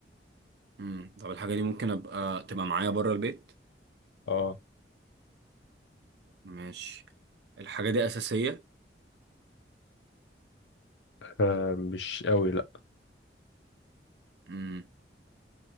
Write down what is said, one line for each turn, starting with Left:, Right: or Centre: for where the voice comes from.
Right: مم. طب الحاجة دي ممكن ابقى تبقى معايا بره البيت
Left: اه
Right: ماشي الحاجة دي أساسية
Left: آه، مش قوي لا
Right: مم.